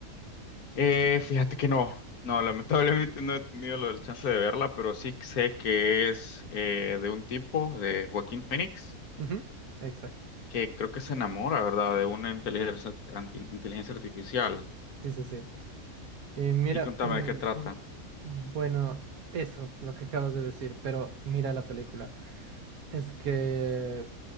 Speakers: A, on the left; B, on the right.
A: Eh, fíjate que no, no, lamentablemente no he tenido la chance de verla, pero sí sé que es eh, de un tipo, de Joaquín Phoenix,
B: Ujú, Exacto.
A: que creo que se enamora, ¿verdad?, de una inteligencia, anti- inteligencia artificial.
B: Sí, sí, sí. Y mira,
A: Y contame
B: mm,
A: de qué trata.
B: bueno, eso, lo que acabas de decir, pero mira la película. Es que